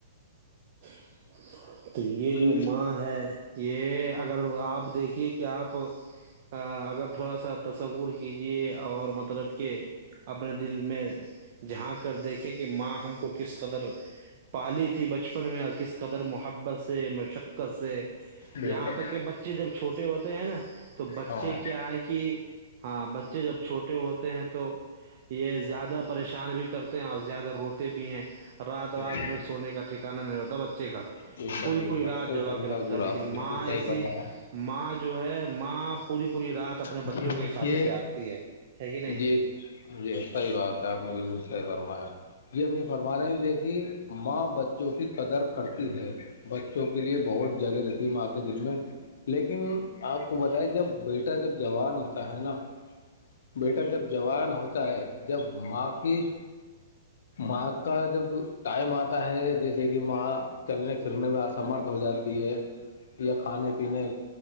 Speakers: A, on the right; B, on the left.
A: <inaudible> تو یہ
B: جی
A: جو ماں ہے یہ اگر آپ دیکھیے کہ آپ اگر تھوڑا سا تصور کیجیے اور مطلب کہ اپنے دل میں جھان کر دیکھیں کہ ماں ہم کو کس قدر پالی تھی بچپن میں اور کس قدر محبت سے مشقت سے
B: بے
A: یہاں
B: شک
A: تک کہ بچے جب چھوٹے ہوتے ہیں نا تو بچے
B: ہاں
A: کیا ہے کہ ہاں بچے جب چھوٹے ہوتے ہیں تو یہ زیادہ پریشان بھی کرتے ہیں اور زیادہ روتے بھی ہیں رات رات
B: بے شک
A: میں سونے کا نہیں ہوتا بچے کا
B: بے شک
A: پوری
B: بے
A: پوری
B: شک،
A: رات
B: صحیح
A: جگا
B: فرمایا
A: کے رکھتا
B: حضور
A: ہے لیکن
B: آپ نے بالکل
A: ماں
B: صحیح
A: ایسی
B: فرمایا
A: ماں جو ہے ماں پوری پوری رات اپنے
B: جی
A: بچوں
B: دیکھیے
A: کی خاطر جاگتی ہے ہے کہ نہیں
B: جی جی صحی بات ہے آپ نے بالکل صحیح فرمایا جی ہم یہ فرما رہے ہیں دیکھی ماں بچوں کی قدر کرتی ہے بچوں کے لیے بہت جگہ رہتی ہے ماں کے دل میں لیکن آپ کو بتائی جب بیٹا جب جوان ہوتا ہے نا بیٹا جب جوان ہوتا ہے جب ماں کی ماں کا جب ٹائم آتا ہے جیسے کہ ماں چلنے سے گرنے میں امرتھ ہو جاتی ہے یا کھانے پینے